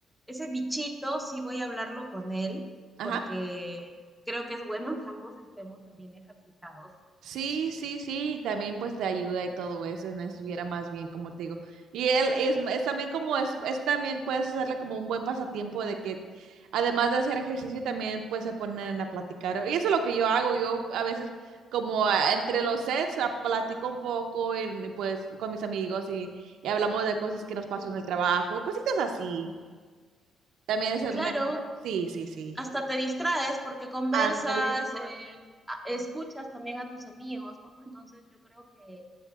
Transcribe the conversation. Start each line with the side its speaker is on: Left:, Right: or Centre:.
Centre: ese bichito, sí voy a hablarlo con él,
Right: ajá.
Centre: porque creo que es bueno que ambos estemos también ejercitados.
Right: Sí, sí, sí, y también pues te ayuda y todo eso, no estuviera más bien, como te digo. Y él es, es también como es, es también puedes hacerle como un buen pasatiempo de que además de hacer ejercicio también pues se ponen a platicar. Y eso es lo que yo hago, yo a veces como ah, entre los sets ah, platico un poco y, y, pues con mis amigos y, y hablamos de cosas que nos pasó en el trabajo, cositas así. También es mejor.
Centre: Claro,
Right: Sí, sí, sí.
Centre: hasta te distraes porque conversas,
Right: Ándale.
Centre: eh, a- escuchas también a tus amigos, ¿no? Entonces yo creo que